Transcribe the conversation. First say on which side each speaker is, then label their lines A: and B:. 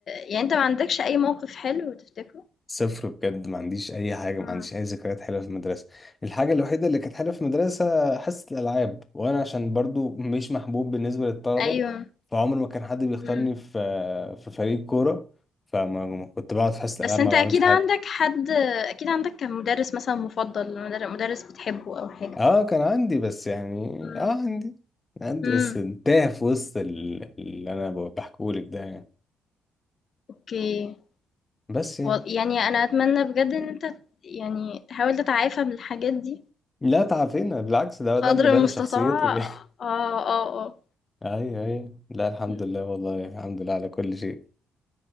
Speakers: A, on the left (about 55°); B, on the left (about 25°).
A: يعني أنت ما عندكش أي موقف حلو تفتكره؟
B: صفر بجد ما عنديش اي حاجه ما
A: إمم،
B: عنديش اي ذكريات حلوه في المدرسه الحاجه الوحيده اللي كانت حلوه في المدرسه حصه الالعاب وانا عشان برضو مش محبوب بالنسبه للطلبه
A: أيوه،
B: فعمر ما كان حد بيختارني
A: إمم.
B: في في فريق كوره فما ما كنت بقعد في حصه الالعاب
A: بس أنت
B: ما بعملش
A: أكيد
B: حاجه
A: عندك حد أكيد عندك كان مدرس مثلًا مفضل، مدر مدرس بتحبه أو حاجة.
B: اه كان عندي بس يعني
A: إمم،
B: اه عندي عندي
A: إمم،
B: بس انتهى في وسط ال- اللي انا بحكيهولك ده يعني
A: أوكي،
B: بس يعني
A: و يعني أنا أتمنى بجد إن أنت يعني تحاول تتعافى من الحاجات دي
B: لا تعافينا بالعكس ده
A: قدر
B: ده اللي
A: المستطاع
B: بنى شخصيتي <laughs>
A: آه، آه، آه،
B: ايوه ايوه لا الحمد
A: إمم،
B: لله والله الحمد لله على كل شيء